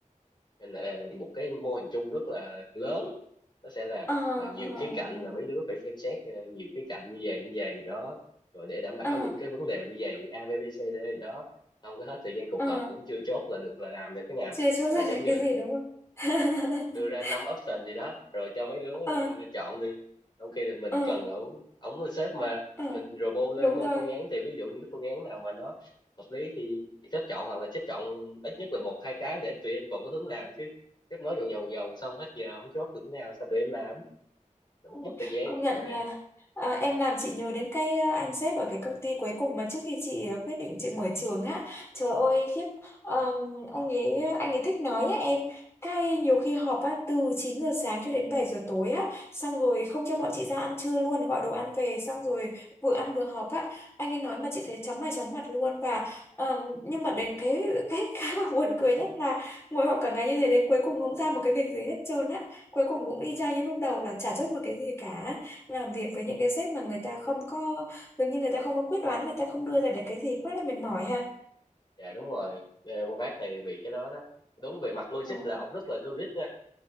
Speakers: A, on the left; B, on the left.
A: nên là ờ, một cái mô hình chung rất là lớn nó sẽ là
B: ờ
A: à, nhiều
B: ờ
A: khía cạnh
B: ờ
A: là mấy đứa phải xem xét ờ, nhiều khía cạnh như vậy như vậy đó rồi để đảm bảo
B: ờ
A: những cái vấn đề như vậy A B, B C D gì đó không có hết thời gian cuộc
B: ờ.
A: họp cũng chưa chốt là được là làm được cái nào
B: chưa <laughs> chốt
A: và
B: ra
A: giống
B: là
A: như
B: cái gì đúng không <laughs>
A: đưa ra năm option gì đó rồi cho mấy đứa
B: ờ
A: ờ, chọn đi trong khi là mình
B: ờ
A: cần ổng ổng là sếp mà
B: ờ
A: mình robot lên
B: đúng
A: một
B: rồi
A: phương án thì ví dụ như cái phương án nào mà nó hợp lý thì sếp chọn hoặc là sếp chọn ít nhất là một hai cái để tụi em còn có hướng làm chứ sếp nói vòng vòng vòng xong hết giờ không chốt được cái nào sao tụi em làm nó
B: Ừ,
A: mất mất thời gian
B: Công nhận
A: dạ
B: là à, em làm chị nhớ đến cái à, anh sếp ở cái công ty cuối cùng mà trước khi chị à, quyết định chị mở trường á trời ơi khiếp Ờm, ông ấy anh ấy thích nói á em cái nhiều khi họp á từ 9 giờ sáng cho đến 7 giờ tối á xong rồi không cho bọn chị ra ăn trưa luôn gọi đồ ăn về xong rồi vừa ăn vừa họp á anh ấy nói mà chị thấy chóng mặt chóng mặt luôn và ờm, nhưng mà đến cái <laughs> cái cái mà buồn cười nhất là ngồi họp cả ngày như thế đến cuối cùng không ra một cái việc gì hết trơn á cuối cùng cũng y chang như lúc đầu là chả chốt một cái gì cả làm việc với những cái sếp mà người ta không có dường như người ta không có quyết đoán người ta không đưa ra được cái gì quá là mệt mỏi ha
A: dạ đúng rồi Ờ, con bác này bị cái đó đó đúng về mặt logic
B: Ờ.
A: là ổng rất là logic nha